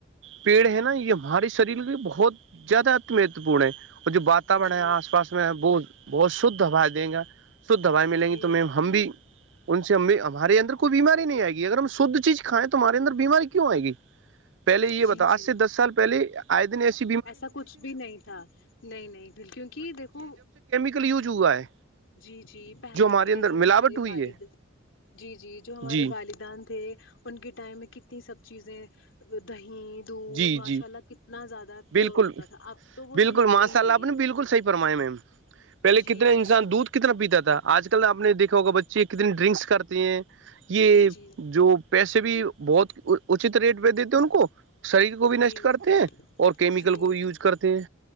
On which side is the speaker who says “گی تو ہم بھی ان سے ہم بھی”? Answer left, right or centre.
Right